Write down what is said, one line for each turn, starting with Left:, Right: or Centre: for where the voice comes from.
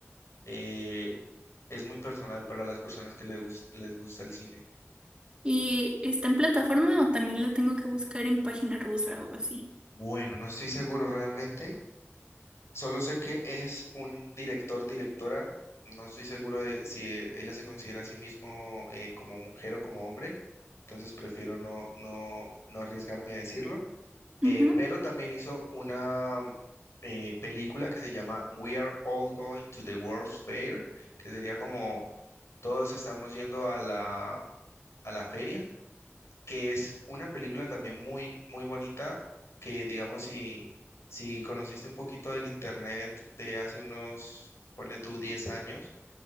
Left: eh, es muy personal para las personas que les gus- les gusta el cine.
Right: ¿Y está en plataforma o también la tengo que buscar en página rusa o así?
Left: Bueno, no estoy seguro realmente. Solo sé que es un director, directora. No estoy seguro de si eh, ella se considera a sí mismo eh, como mujer o como hombre. Entonces prefiero no, no, no arriesgarme a decirlo. Eh,
Right: Ujú.
Left: pero también hizo una eh, película que se llama We Are All Going to the World's Fair, que sería como todos estamos yendo a la, a la feria que es una película también muy, muy bonita, que digamos, si, si conociste un poquito del internet de hace unos, ponle tú, 10 años,